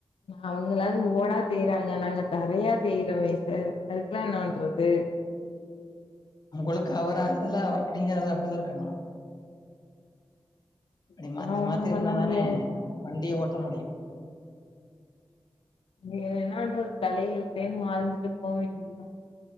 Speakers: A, on the left; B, on the left.
A: அவங்களாவது ஓடா தெய்யறாங்க நாங்க தரையா தெயறோமே சார் அதுக்கெல்லாம் என்ன பண்றது
B: உங்களுக்கு அவர் ஆறுதல் அவருக்கு நீங்க ஆறுதல்ல அப்படிதான் இருக்கணும் அப்படி
A: அதெல்லா
B: மாத்தி
A: ஒண்ணு
B: மாத்தி இருந்தாதானே
A: பண்ண முடியாது
B: வண்டியவோட்ட பண்ண முடியும்
A: வேற என்ன பண்றது தலையில்த்தேன் வாழ்ந்துட்டு போக வேண்டியதுதான்